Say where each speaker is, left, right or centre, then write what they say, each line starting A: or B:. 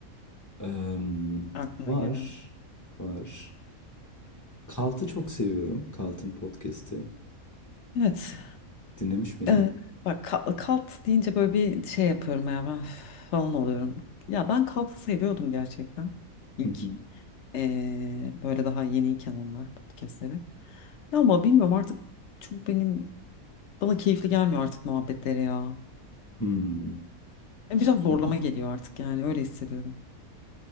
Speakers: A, on the left; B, on the left.
A: Em,
B: Aklına
A: var.
B: gelen.
A: Var. Kalt'ı çok seviyorum. Kalt'ın podcast'i.
B: Evet.
A: Dinlemiş miydin?
B: Ee, bak ka- kalt deyince böyle bir şey yapıyorum ya ben <sighs> falan oluyorum. Ya ben kaltı seviyordum gerçekten. İlk
A: Hı hı.
B: ee, böyle daha yeniyken onlar podcastleri. Ya ama bilmiyorum artık çok benim bana keyifli gelmiyor artık muhabbetleri ya.
A: Hmm.
B: Yani Biraz zorlama
A: Ne-
B: geliyor artık yani öyle hissediyorum.